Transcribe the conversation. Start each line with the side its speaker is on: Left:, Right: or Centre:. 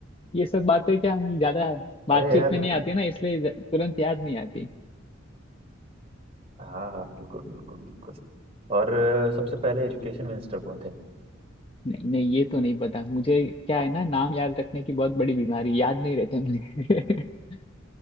Left: ये सब बातें क्या हम ज्यादा बातचीत
Right: अरे यार
Left: में
Right: मेरे
Left: नहीं आती ना इसलिए ज- तुरंत याद नहीं आती
Right: हाँ हाँ बिल्कुल बिल्कुल बिल्कुल और अ, सबसे पहले एजुकेशन मिनिस्टर कौन थे
Left: नहीं नहीं ये तो नहीं पता मुझे क्या है ना नाम याद रखने की बहुत बड़ी बीमारी याद नहीं रहते मुझे <laughs>